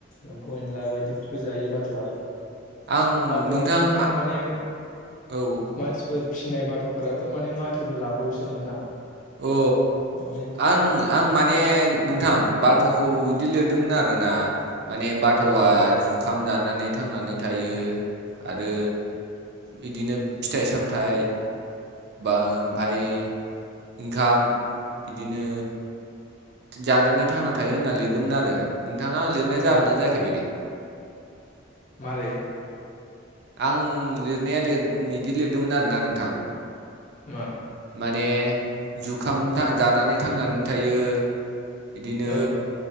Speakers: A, on the left; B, on the right.
A: एम्फौ एनला बायदिफोरखौ जायो बाथ'आ।
B: आं
A: बाथ'आथ' नोंथां
B: आ-
A: माने
B: औ
A: मानसिफोर। फिसिनाय बाथ'फोराथ' माने माथोबो लाबावोसो नोंथां
B: अ
A: माने
B: आं आं माने नोंथां बाथ'खौ बिदि लिरदोंमोन आर ना माने बाथ'आ
A: औ
B: जु ओंखाम जानानै थांनानै थायो आरो बिदिनो फिथाइ सामथाय बा ओमफफ्राय ओंखाम बिदिनो जानानै थांना थायो होनना लिरदोंमोन आरो नोंथाङा आं लिरनाया
A: औ
B: जागोन न जायाखैबायदि
A: मारै?
B: आं लिरनाया बिदि लिरदोंमोन आरोना नोंथां।
A: मा?
B: माने जुखाम जानानै थांनानै थायो। बिदिनो
A: औ